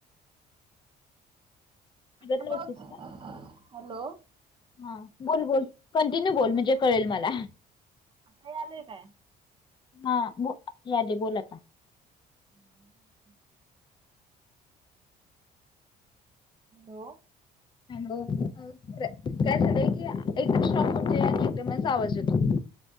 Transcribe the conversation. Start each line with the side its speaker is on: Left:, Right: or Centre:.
Right: <unintelligible> आता
Left: हळद लावतीस
Right: बघ
Left: का?
Right: हॅलो.
Left: हा बोल बोल कंटिन्यू बोल म्हणजे
Right: आता
Left: कळेल मला.
Right: आता यायलय काय?
Left: हा बो याले बोलात आता.
Right: <unintelligible> हॅलो.
Left: हॅलो रे काय झालंय की एकदम स्ट्रॉंग होते आणि एकदमच आवाज येतो.